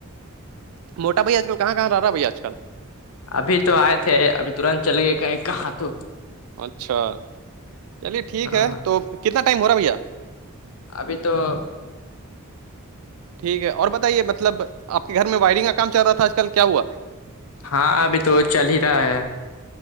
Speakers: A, on the right; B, on the left.
A: موٹا بھائی آج کل کہاں کہاں رہ رہا بھیا آج کل
B: ابھی تو آئے تھے ابھی ترنت چل گئے کہیں کہاں تو
A: اچھا چلیے ٹھیک
B: ہاں
A: ہے تو کتنا ٹائم ہو رہا ہے بھیا
B: ابھی تو <unintelligible>
A: ٹھیک ہے اور بتائیے مطلب آپ کے گھر میں وائرنگ کا کام چل رہا تھا آج کل کیا ہوا
B: ہاں ابھی تو چل ہی رہا ہے <unintelligible>